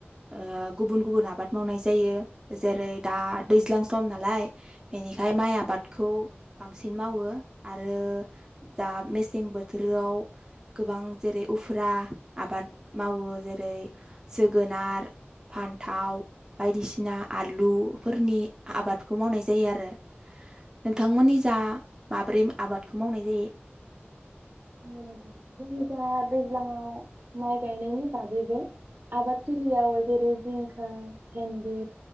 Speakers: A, on the right; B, on the right.
A: ओ गुबुन गुबुन आबाद मावनाय जायो। जेरै दा दैज्लां सम नालाय बेनिखाय माइ आबादखौ बांसिन मावो आरो दा मे मसें बोथोराव गोबां जेरै उफुरा आबाद मावो जेरै जोगोनार, फान्थाव बायदिसिना आलुफोरनि आबादखौ मावनाय जायो आरो, नोंथांमोननि जा माब्रै आबादखौ मावनाय जायो?
B: गौ नोंथां जोंनिजा दै ज्लांङाव माइ गायनायनि बागैबो आबाद थिलियाव जेरै जिंखा, फेन्दि,